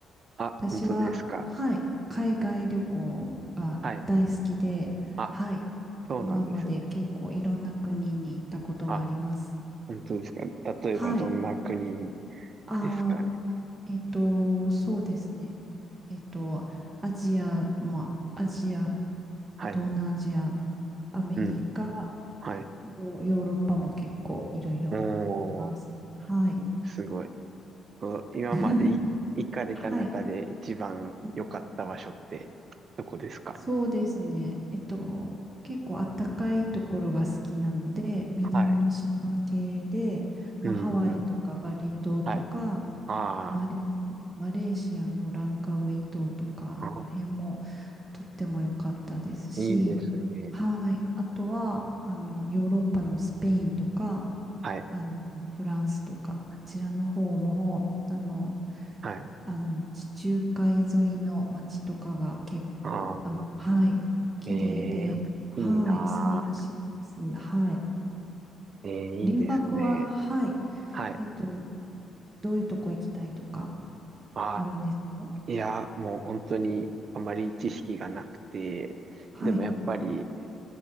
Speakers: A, on the right; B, on the right.
A: あ、
B: 私は、
A: 本当ですか。
B: はい。海外旅行が大好きで、
A: はい。あ、
B: はい。
A: そうなんですね。
B: 今まで結構いろんな国に行ったことがあります。
A: あ、本当ですか。例えばどんな国
B: はい。あ
A: ですかね。
B: ー、えっと、そうですね。えっと、アジア、まあ、アジア、
A: はい。
B: 東南アジア、アメリカ、
A: うん。はい。
B: ヨヨーロッパも結構いろいろ行ってます。
A: おー、
B: はい。
A: すごい。こう今までい行かれた中で一番良かった場所ってどこですか
B: <laughs> はい。うんそうですね。えっと、結構あったかいところが好きなので、南の島系で、
A: はい。うんうん。
B: まあ、ハワイとかバリ島とか、
A: はい。あ
B: マレ、マレーシアのランカウイ島とか、
A: ーあ、
B: あの辺もとっても良かったですし、
A: いいですね。
B: はい。あとは、あの、ヨーロッパのスペインとか、
A: はい。
B: あの、フランスとか、あちらの方も、あの、
A: はい。
B: あの、地中海沿いの街とかが結構、
A: ああ、
B: あの、はい、綺麗で、
A: ええいいなあ。
B: はい、素晴らしいです。はい。
A: ええいいですね。
B: 留学は、はい、
A: はい。
B: えっと、どういうとこ行きたいとか
A: あ、
B: あるんですか
A: いや、もう本当にあまり知識がなくて、
B: はい、
A: でもやっぱり